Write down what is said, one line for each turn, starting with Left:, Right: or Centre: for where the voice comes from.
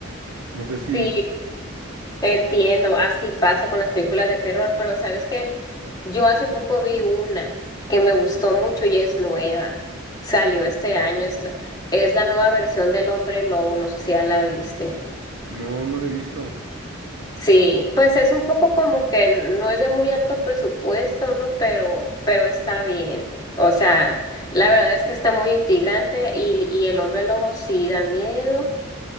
Right: No sé si,
Left: Sí, entiendo. Así pasa con las películas de terror, pero sabes que yo hace poco vi una que me gustó mucho y es nueva. Salió este año. Es la, es la nueva versión del Hombre Lobo. No sé si ya la viste.
Right: no, no lo he visto.
Left: Sí, pues es un poco como que no es de muy alto presupuesto, ¿no? Pero, pero está bien. O sea, la verdad es que está muy integrante y, y el hombre lobo sí da miedo